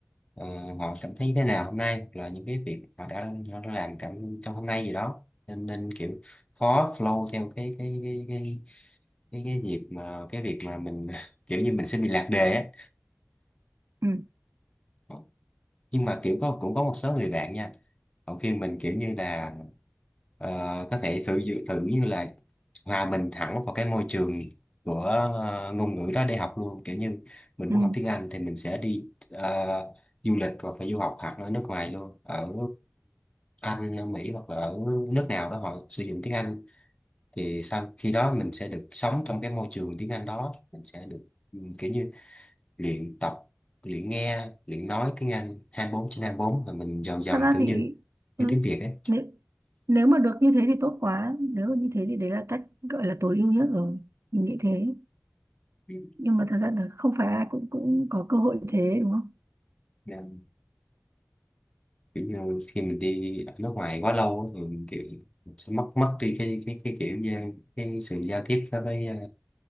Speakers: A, on the left; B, on the right.
A: ờ, họ cảm thấy thế nào hôm nay hoặc là những cái việc họ đã, họ đã làm cảm trong hôm nay gì đó nên nên kiểu khó flow theo cái cái cái cái cái, cái nhịp mà cái việc mà mình <laughs> kiểu như mình sẽ bị lạc đề
B: ừ
A: á nhưng mà kiểu có cũng có một số người bạn nha họ khuyên mình kiểu như là ờ, có thể thử dự- thử như là hòa mình thẳng vào cái môi trường của ờ, ngôn ngữ đó để học luôn kiểu như mình
B: ừ
A: muốn học tiếng Anh thì mình sẽ đi ờ, du lịch hoặc là du học hoặc ở nước ngoài luôn ở Anh ở Mỹ hoặc là ở nước nào đó họ sử dụng tiếng Anh thì sau khi đó mình sẽ được sống trong cái môi trường tiếng Anh đó mình sẽ được ừ, kiểu như luyện tập luyện nghe luyện nói tiếng Anh hai mươi bốn trên hai mươi bốn là mình dần dần
B: thật ra
A: kiểu
B: thì
A: như
B: ừ,
A: như tiếng Việt ấy
B: nếu nếu mà được như thế thì tốt quá nếu mà như thế thì đấy là cách gọi là tối ưu nhất rồi mình nghĩ thế
A: Ừ.
B: nhưng mà thật ra là không phải ai cũng cũng có cơ hội như thế đúng không
A: Nên kiểu như khi mình đi ở nước ngoài quá lâu á, thì mình kiểu mình sẽ mất mất đi cái cái cái kiểu như cái sự giao tiếp đối với ờ,